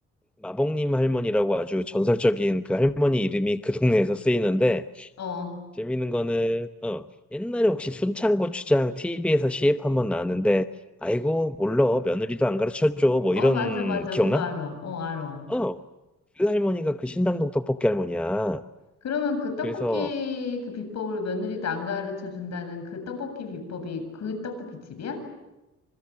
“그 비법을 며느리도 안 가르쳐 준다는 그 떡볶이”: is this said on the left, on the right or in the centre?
Left